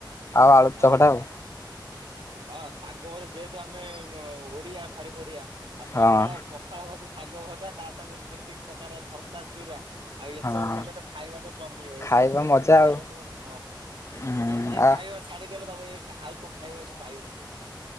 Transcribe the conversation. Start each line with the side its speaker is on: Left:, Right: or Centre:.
Left: ଆଉ ଆଳୁ
Right: ହଁ
Left: ଚକଟା ଆଉ।
Right: ହଁ ଶାଗ ଭଜା ଯେହେତୁ ଆମେ ଓଡିଆ ଭାରି ବଢିଆ ଆଉ
Left: ହଁ
Right: ପଖାଳ ପଖାଳ ଭାତ ଶାଗ ଭଜା ତା ସାଙ୍ଗକୁ ଯେତିକି ପ୍ରକାର ଭ ତା ଚୁରା ଆଉ ଏସବୁ
Left: ହଁ
Right: ହେଲେ ତ ଖାଇବା ତ ଜମିବ
Left: ଖାଇବା
Right: ଏସବୁ
Left: ମଜା
Right: ଉପରେ
Left: ଆଉ
Right: ଖାଇବା ତ ମାନେ ମସ୍ତ।
Left: ହୁଁ
Right: ଇଏ
Left: ଆ
Right: ଖାଇବା ଛାଡିଦେଲେ ତମେ ଏ ଆଉ କୋଉ ଖାଇବା ଏଠି ପାଇବନି।